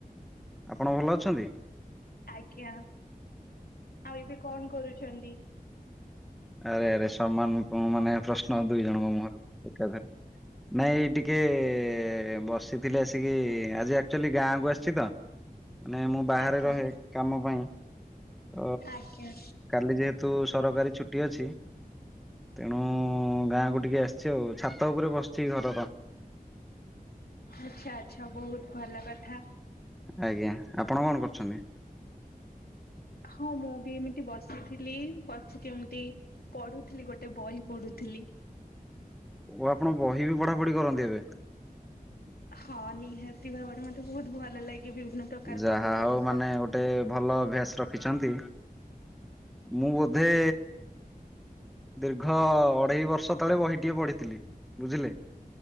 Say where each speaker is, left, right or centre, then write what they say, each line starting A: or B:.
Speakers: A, in the centre; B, on the left.
A: ଆପଣ ଭଲ ଅଛନ୍ତି?
B: ଆଜ୍ଞା। ଆଉ ଏବେ କଣ କରୁଛନ୍ତି?
A: ଆରେ ଆରେ ସମାନ ଉଁ ମାନେ ପ୍ରଶ୍ନ ଦୁଇଜଣଙ୍କ ମୁହଁରୁ ଏକାଥରେ। ନାଇଁ ଏଇ ଟିକେ ଏ ବସିଥିଲି ଆସିକି ଆଜି ଆକ୍ଚୁଆଲି ଗାଁକୁ ଆସଛି ତ।
B: <inaudible>
A: ମାନେ ମୁଁ ବାହାରେ
B: ଆଜ୍ଞା
A: ରହେ କାମ ପାଇଁ। ତ
B: ଆଜ୍ଞା।
A: କାଲି ଯେହେତୁ ସରକାରୀ ଛୁଟିଅଛି ତେଣୁ ଗାଁକୁ ଟିକେ ଆସଚି ଆଉ ଛାତ ଉପରେ ବସିଚି ଘରର।
B: ଆଚ୍ଛା ଆଚ୍ଛା, ବହୁତ୍ ଭଲକଥା।
A: ଆଜ୍ଞା, ଆପଣ କଣ କରୁଛନ୍ତି?
B: ହଁ ମୁଁ ବି ଏମିତି ବସିଥିଲି, ବସିକି ଏମିତି ପଢ଼ୁଥିଲି ଗୋଟେ ବହି ପଢ଼ୁଥିଲି।
A: ଓ ଆପଣ ବହି ବି ପଢ଼ାପଢ଼ି କରନ୍ତି ଏବେ?
B: ହଁ ନିହାତି ଭାବରେ ମତେ ବହୁତ୍ ଭଲ ଲାଗେ ବିଭିନ୍ନ ପ୍ରକାର
A: ଯାହାହଉ
B: ବହି ପଢିବା।
A: ମାନେ ଗୋଟେ ଭଲ ଅଭ୍ୟାସ ରଖିଛନ୍ତି। ମୁଁ ବୋଧେ ଦୀର୍ଘ ଅଢେଇବର୍ଷ ତଳେ ବହିଟିିଏ ପଢ଼ିଥିଲି ବୁଝିଲେ।